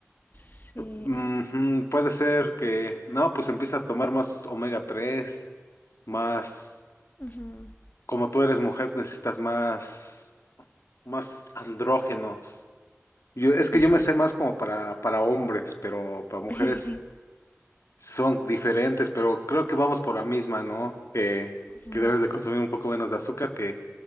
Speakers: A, on the left; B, on the left.
A: Sí.
B: eh, ujú, puede ser que, no, pues empieza a tomar más omega 3 más,
A: ujú,
B: como tú eres mujer, necesitas más, más andrógenos. Yo, es que
A: ujú,
B: yo me sé más como para, para hombres, pero para mujeres
A: <laughs>
B: Son diferentes, pero creo que vamos por la misma, ¿no? Que,
A: ujú,
B: que debes de consumir un poco menos de azúcar, que,